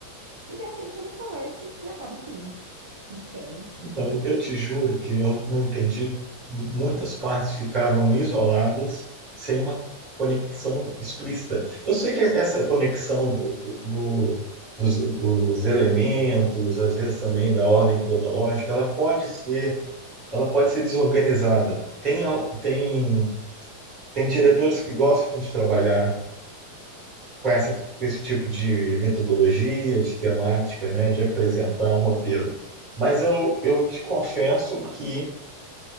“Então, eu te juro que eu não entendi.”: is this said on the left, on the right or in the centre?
Right